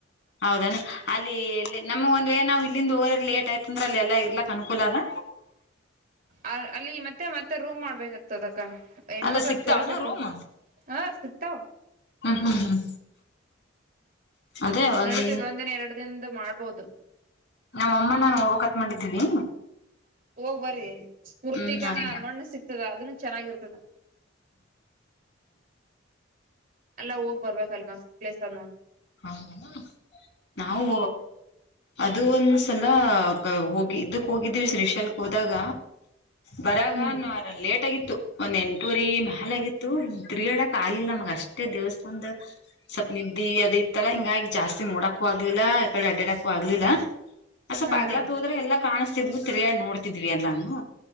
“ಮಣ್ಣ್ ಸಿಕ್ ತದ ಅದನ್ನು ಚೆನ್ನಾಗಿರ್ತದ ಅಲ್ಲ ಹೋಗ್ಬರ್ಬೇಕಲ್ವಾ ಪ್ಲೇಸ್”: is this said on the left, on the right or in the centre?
Right